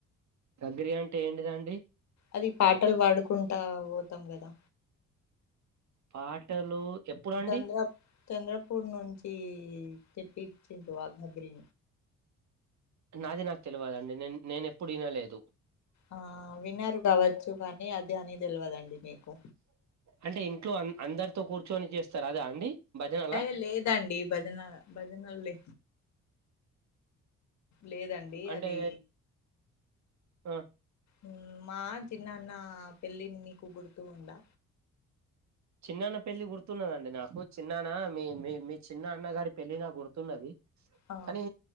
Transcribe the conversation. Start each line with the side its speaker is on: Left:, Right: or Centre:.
Right: ఘగ్రి అంటే ఏంటిది అండి
Left: అది పాటలు పాడుకుంటా పోతాం కదా
Right: పాటలు ఎప్పుడండి
Left: తంద్రప్ చంద్రపూర్ నుంచి తే పించిండ్రు వాళ్ళు ఘగ్రి
Right: నాది నాకు తెలవదు అండి నే నేను ఎప్పుడు వినలేదు
Left: ఆ విన్నారు కావచ్చు కానీ అది అని తెలవదు అండి మీకు
Right: అంటే ఇంట్లో ఆన్ అందరితో కూర్చొని చేస్తారు అదా అండి భజనలా
Left: అయ్యో లేదు అండి భజన భజనలు లే లేదండి
Right: అంటే
Left: అది
Right: ఆ
Left: ఉ మా చిన్నన్న పెళ్ళి నీకు గుర్తు ఉందా
Right: చిన్నన్న పెళ్ళి గుర్తు ఉన్నాది అండి నాకు చిన్నన్న మీ మీ మీ చిన్న అన్న గారి పెళ్ళి నా గుర్తు ఉన్నది
Left: ఆ
Right: కానీ